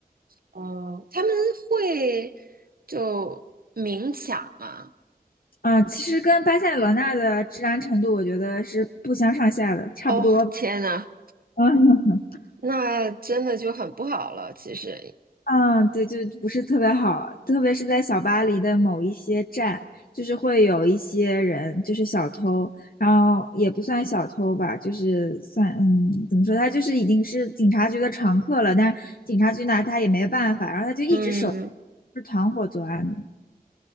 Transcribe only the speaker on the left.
啊、其实跟巴塞罗那的治安程度，我觉得是不相上下的，差不多吧。
<laughs> 嗯
嗯，对，就不是特别好，特别是在小巴黎的某一些站，就是会有一些人，就是小偷，然后也不算小偷吧，就是算，嗯，怎么说，他就是已经是警察局的常客了，但是警察局拿他也没办法，然后他就一直守，
着。是团伙作案的。